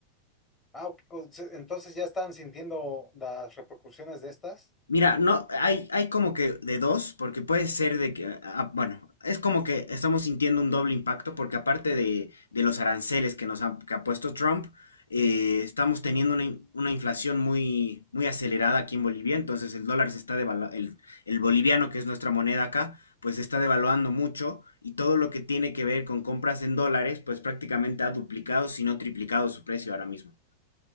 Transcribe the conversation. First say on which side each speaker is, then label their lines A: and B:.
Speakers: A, on the left (about 25°); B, on the left (about 75°).
A: Ah, ok, pues, e, entonces ya están sintiendo las repercusiones de estas.
B: Mira, no, hay, hay como que de dos, porque puede ser de que, ah, bueno, es como que estamos sintiendo un doble impacto, porque aparte de, de los aranceles que nos ha, que ha puesto Trump, eh, estamos teniendo una, in- una inflación muy, muy acelerada aquí en Bolivia, entonces el dólar se está devaluando, el, el boliviano, que es nuestra moneda acá, pues se está devaluando mucho, y todo lo que tiene que ver con compras en dólares, pues prácticamente ha duplicado, si no triplicado su precio ahora mismo.